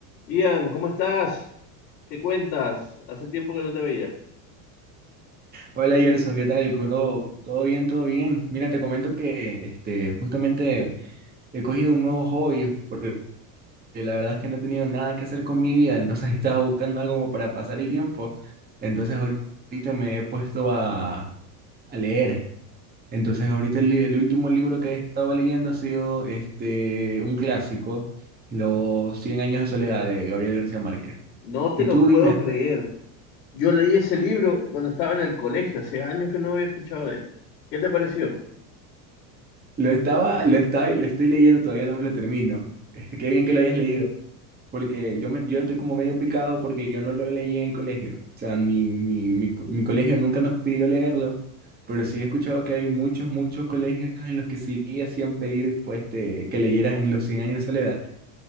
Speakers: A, on the left; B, on the right.
A: Ian, ¿cómo estás? ¿Qué cuentas? Hace tiempo que no te veía.
B: Hola Gerson, ¿qué tal? Curo, todo bien, todo bien. Mira, te comento que este, justamente he cogido un nuevo hobby, porque la verdad es que no he tenido nada que hacer con mi vida, entonces <laughs> estaba buscando algo como para pasar el tiempo. Entonces ahorita me he puesto a, a leer. Entonces ahorita el, li- el último libro que he estado leyendo ha sido este, un clásico, Los cien años de soledad de Gabriel García Márquez.
A: No te
B: Y
A: lo
B: tú
A: puedo
B: dime,
A: creer. Yo leí ese libro cuando estaba en el colegio, hace años que no había escuchado de él. ¿Qué te pareció?
B: lo estaba, lo estaba, lo estoy leyendo, todavía no me lo termino. Este, qué bien que lo hayas leído. porque yo, me, yo estoy como medio picado porque yo no lo leí en el colegio. O sea, mi, mi, mi, co- mi colegio nunca nos pidió leerlo, pero sí he escuchado que hay muchos, muchos colegios en los que sí hacían pedir pues, te- que leyeras en los cien años de soledad.